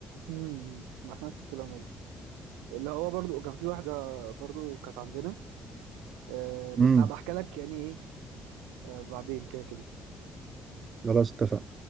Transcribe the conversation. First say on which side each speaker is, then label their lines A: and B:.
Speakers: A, on the right; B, on the right.
A: امم ما احنا نفس الكلام برضو اللي هو برضو كان في واحده برضو كانت عندنا آه، بس
B: امم
A: هبقى احكي لك يعني ايه آه، بعدين كده كده
B: خلاص اتفقنا